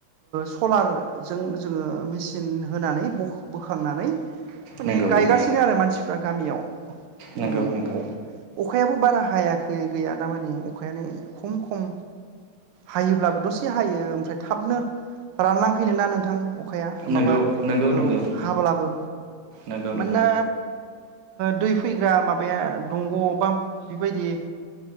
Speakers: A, on the right (about 85°); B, on the right (about 55°).
A: सलारजों जोंङो मेसिन होनानै बोखांनानै माने
B: नंगौ
A: गायगासिनो
B: नंगौ
A: आरो मानसिफ्रा गामियाव
B: नंगौ-
A: उम
B: नंगौ
A: अखायाबो बारा हायाखै गैया दा मानि अखायानो खम खम हायोब्लाबो दसे हायो ओमफ्राय थाबनो रानलांफैनो ना नोंथां अखाया माबा
B: नंगौ नंगौ
A: औ
B: नंगौ
A: हाब्लाबो
B: नंगौ
A: मानोना
B: नंगौ
A: दै फैग्रा माबाया दंग आ बा बेबायदि